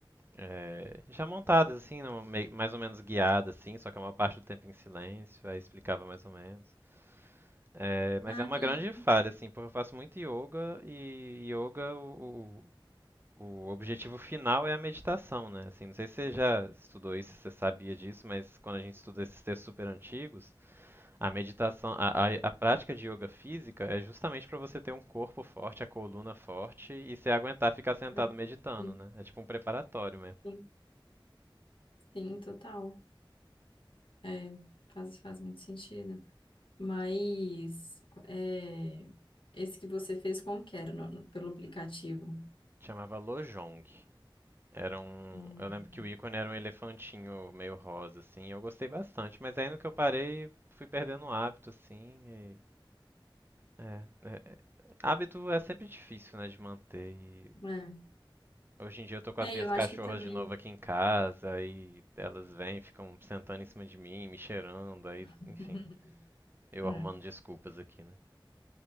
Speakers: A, on the right (about 25°); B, on the left (about 75°).
A: eh, já montadas, assim, numa- mei- mais ou menos guiadas, assim, só que uma parte do tempo em silêncio, aí explicava mais ou menos. É, mas
B: Ah,
A: é uma
B: que
A: grande
B: legal.
A: falha, assim, porque eu faço muito yoga e yoga o, o, o objetivo final é a meditação, né? Assim, não sei se você já estudou isso, se você sabia disso, mas quando a gente estuda esses textos super antigos, a meditação, a, a, a prática de yoga física é justamente para você ter um corpo forte, a coluna forte e se aguentar ficar sentado
B: Pra-
A: meditando,
B: Sim,
A: né? É tipo um preparatório mesmo.
B: sim, sim, total. É, faz, faz muito sentido. Mas é, esse que você fez como que era? No- no- pelo aplicativo?
A: Chamava Lojong. Era um.
B: Hum,
A: Eu lembro que o ícone era um elefantinho meio rosa, assim. Eu gostei bastante, mas aí no que eu parei, fui perdendo o hábito, assim. e- É, é- hábito é sempre difícil, né, de manter. E
B: é.
A: hoje em dia eu tô com as
B: É,
A: minhas
B: eu acho
A: cachorras
B: que também
A: de novo aqui em casa, e elas vêm, ficam sentando em cima de mim, me cheirando, aí,
B: <laughs>
A: enfim, eu
B: É,
A: arrumando desculpas aqui, né?